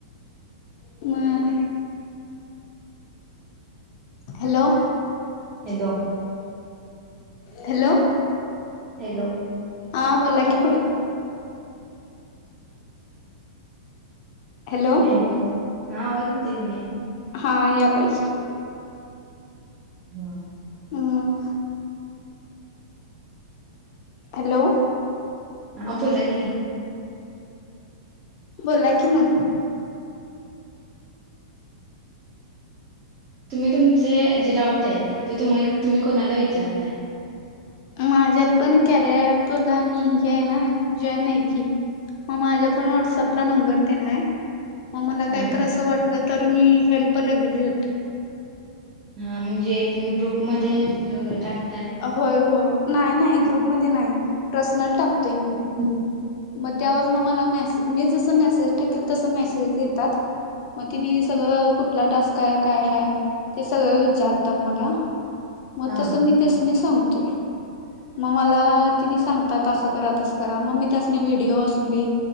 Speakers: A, on the left (about 40°); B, on the right (about 30°).
A: म हॅलो
B: हॅलो
A: हॅलो
B: हॅलो
A: आं बोला की पुढं हॅलो
B: एलो हा, आवाज येतोयं की नायं.
A: हां यालायं की,
B: हां
A: म हॅलो
B: हा बोला की,
A: बोला की म
B: तुम्ही तुमचे जे डाऊट येत. ते तुम तुम्ही कोणाला विचारताय?
A: माझ्यात पण कार्या अँप ला मी हे हाय ना जॉईन आय की, म माझ्या पण व्हॉट्सअपला नंबर तेनं हाय मग मला
B: हा
A: कायतर
B: हा
A: असं वाटलं तर मी हेल्प लगेचं घेतोय.
B: हा म्हणजे तुम्ही ग्रुपमध्ये मेसेज वगैरे टाक
A: अ होय हो नाय नाय ग्रुपमध्ये नाई पर्सनल टाप
B: <inaudible>
A: मग त्यावरन मला मेसे मी जस मेसेज टाकेल तस मेसेज येतात. मग तिने सगळं कुठला टास्क हाय, काय हय? ते सगळं विचारतात मला म
B: हा
A: तसं मी त्यासनी सांगतोय. मग मला तिने सांगतात असं करा तसं करा मग मी त्यास व्हिडिओ असून दे